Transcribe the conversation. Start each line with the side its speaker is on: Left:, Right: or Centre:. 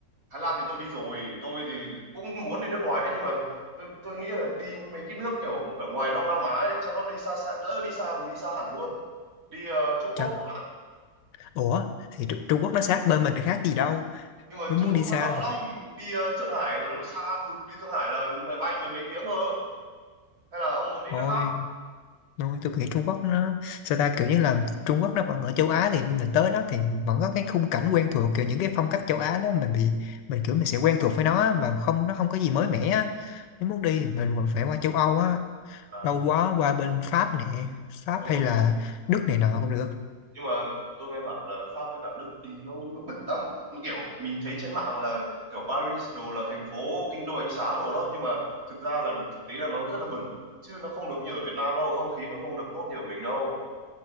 Right: Thái Lan thì tôi đi rồi, tôi thì cũng muốn đi nước ngoài đấy nhưng mà tôi tôi nghĩ là đi mấy cái nước kiểu ở ngoài Đông Nam Á ấy, cho nó đi xa xa, lỡ đi xa mình đi xa hẳn luôn. Đi ờ, Trung
Left: Trời,
Right: Quốc chẳng hạn,
Left: ủa thì Tr Trung Quốc nó sát bên mình thì khác gì đâu
Right: nhưng mà
Left: nếu
Right: Trung
Left: muốn
Right: Quốc
Left: đi xa
Right: nó rộng
Left: thì
Right: lắm, mình đi ờ, Thượng Hải là nó xa cực, đi Thượng Hải là mười bay mười mấy tiếng cơ. Hay là ông muốn đi
Left: thôi
Right: nước khác?
Left: thôi tôi nghĩ Trung Quốc nó sao ta kiểu như là Trung Quốc nó vẫn ở châu Á thì mình tới đó thì vẫn có cái khung cảnh quen thuộc kiểu những cái phong cách châu Á đó mình bị mình kiểu mình sẽ quen thuộc với nó á, và không nó không có gì mới mẻ á. nếu muốn đi thì mình còn phải qua châu Âu á
Right: À,
Left: lâu quá qua bên Pháp nè Pháp
Right: châu
Left: hay
Right: Âu.
Left: là Đức này nọ cũng được
Right: nhưng mà tôi nghe bảo là Pháp với cả Đức đi nó nó bẩn lắm nó kiểu mình thấy trên mạng là kiểu Paris đồ là thành phố kinh đô ánh sáng đồ đó nhưng mà thực ra là thực tế là nó rất là bẩn chứ nó không được như ở Việt Nam đâu không khí nó không được tốt như ở mình đâu